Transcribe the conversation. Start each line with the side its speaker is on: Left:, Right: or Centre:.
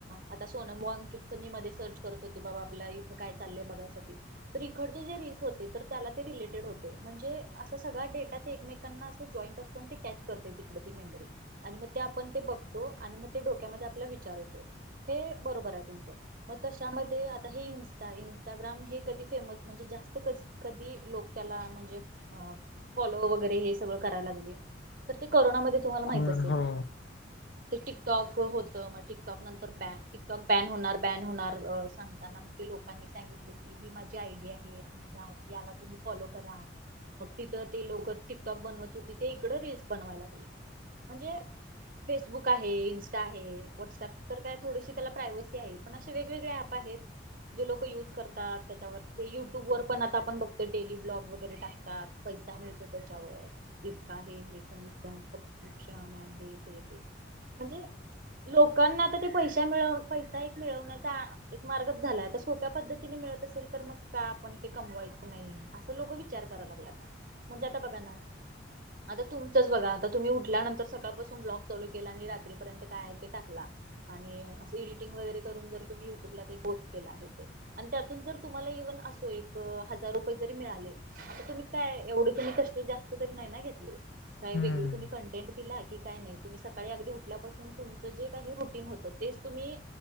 Right: आता सोनम वांगचुकच मी मध्ये सर्च करत होते बाबा आपल्या इथं काय चाललंय बघायसाठी तर इकडचे जे रिल्स होते तर त्याला ते रिलेटेड होते म्हणजे असा सगळा डेटा ते एकमेकांना अस जॉईंट अस पण ते कॅच करते तिकड ती मेमरी आणि म ते आपण ते बघतो आणि म ते डोक्यामध्ये आपला विचार येतोय हे बरोबर आहे तुमचं म तशामध्ये आता हे इंस्टाग्राम हे कधी फेमस म्हणजे जास्त क कधी लोक त्याला म्हणजे अ फॉलो वगैरे हे सगळ करायला लागली तर ते करोनामध्ये तुम्हाला
Left: कोण
Right: माहित असेल
Left: हो
Right: ते टिकटॉक होतं मग टिकटॉक नंतर बॅ टिकटॉक बॅन होणार बॅन होणार सांगताना लोकांनी सांगितलं की ही माझी आयडिया आहे आणि याला तुम्ही फॉलो करा मग तिथं ती लोक टिकटॉक बनवत होती ते इकड रील्स बनवाय लागली म्हणजे फेसबुक आहे इन्स्टा आहे व्हॉट्सॲप तर काय थोडीशी त्याला प्रायवसी आहे पण अशे वेगवेगळे ॲप आहेत जे लोक यूज करतात त्याच्यावर ते युट्यूबवरर पण आता आपण बघतोय डेली ब्लॉग वगैरे टाकतात पैसा मिळतो त्याच्यावर इतका हे हे कमिशन सबस्क्रिप्शन अन् हे हे ते ते म्हणजे लोकांना आता ते पैसा मिळ पैसा एक मिळवण्याचा एक मार्गच झालाय सोप्या पद्धतीने मिळत असेल तर मग का आपण ते कमवायच नाही असं लोकं विचार करा लागल्यात म्हणजे आता बघा ना आता तुमचंच बघा आता तुम्ही उठल्यानंतर सकाळपासून ब्लॉक चालू केला आणि रात्रीपर्यंत काय आहे ते टाकला आणि असं एडिटिंग वगैरे करून जर तुम्ही युट्यूबला ते पोस्ट केला हे आणि त्यातून जर तुम्हाला इव्हन असो एक हजार रुपये जरी मिळाले आता तुम्ही काय एवढे तुम्ही कष्ट जास्त त नाही ना घेतले काही
Left: हम्म
Right: वेगळे तुम्ही कं <unintelligible> लगि काय नय तुम्ही सकाळी अगदी उठल्यापासून तुमचं जे काही रुटीन होतं तेच तुम्ही